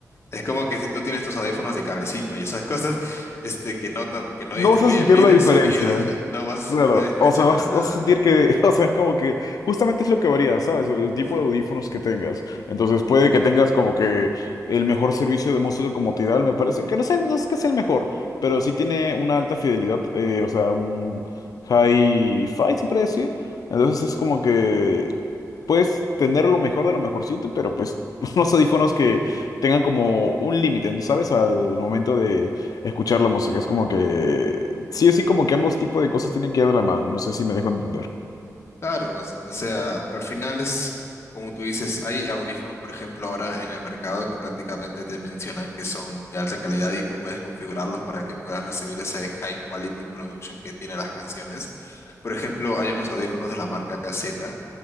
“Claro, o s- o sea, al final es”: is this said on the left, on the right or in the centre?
Left